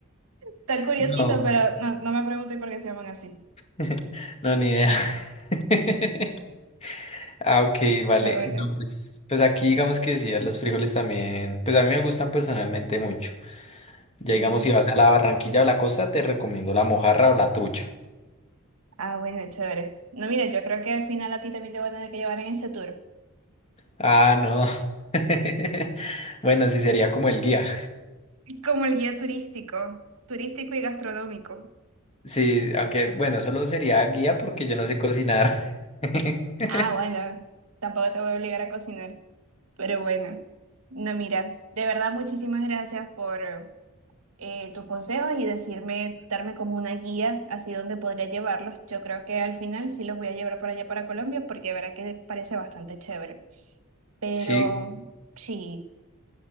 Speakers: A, on the right (about 75°); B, on the left (about 30°).
A: Está curiosito,
B: No,
A: pero no, no me pregunté por qué se llaman así.
B: <laughs> no, ni idea. <laughs> Ah, ok, vale.
A: Pero bueno.
B: No, pues, pues aquí digamos que sí, a los frijoles también, pues a mí me gustan personalmente mucho. Ya
A: Ok.
B: digamos, si vas a la Barranquilla o la costa, te recomiendo la mojarra o la trucha.
A: Ah, bueno, chévere. No, mira, yo creo que al final a ti también te voy a tener que llevar en ese tour.
B: Ah, no. <laughs> Bueno, sí sería como el guía.
A: Como el guía turístico, turístico y gastronómico.
B: Sí, aunque bueno, solo sería guía porque yo no sé cocinar. <laughs>
A: Ah, bueno, tampoco te voy a obligar a cocinar. Pero bueno. No, mira, de verdad muchísimas gracias por eh, tus consejos y decirme, darme como una guía así donde podría llevarlos. Yo creo que al final sí los voy a llevar para allá para Colombia porque verá que parece bastante chévere. Pero
B: Sí,
A: sí,